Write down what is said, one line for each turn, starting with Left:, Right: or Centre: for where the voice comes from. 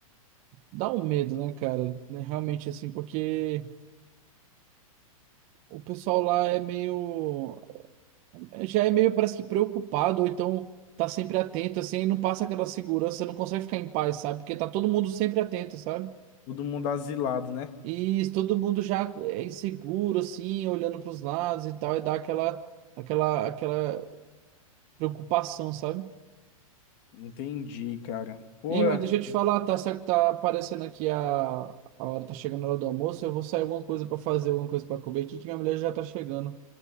Right: Dá um medo, né, cara? Né, Realmente, assim, porque o pessoal lá é meio... é, Já é meio, parece que preocupado, ou então tá sempre atento, assim, e não passa aquela segurança, não consegue ficar em paz, sabe? Porque tá todo mundo sempre atento, sabe?
Left: Todo mundo asilado, né?
Right: E todo mundo já é inseguro, assim, olhando pros lados e tal, e dá aquela, aquela, aquela preocupação, sabe?
Left: Entendi, cara. Porra,
Right: Ei, mas deixa eu te falar, tá certo, tá aparecendo aqui a, a hora, tá chegando a hora do almoço. Eu vou sair alguma coisa pra fazer, alguma coisa pra comer aqui, que minha mulher já tá chegando.